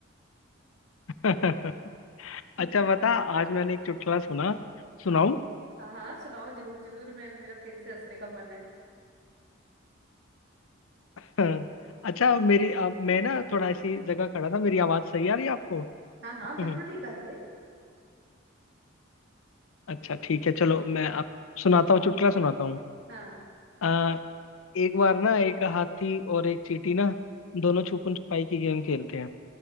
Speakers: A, on the left; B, on the right.
A: <laughs> अच्छा
B: हम्म
A: बता आज मैंने एक चुटकुला सुना सुनाऊं
B: हम्म। हाँ हाँ सुनाओ जरूर जरूर मैं मेरा फिर से हंसने का मन है
A: <laughs> अच्छा मेरी अब मैं ना थोड़ा ऐसी जगह खड़ा था मेरी आवाज सही आ रही है आपको
B: हाँ हाँ बिल्कुल
A: <laughs>
B: ठीक आ रही है
A: अच्छा ठीक है चलो मैं अब सुनाता हूँ चुटकुला सुनाता
B: हाँ हम्म
A: हूँ एक बार ना एक हाथी और एक चींटी ना दोनों छुपन छुपाई की गेम खेलते हैं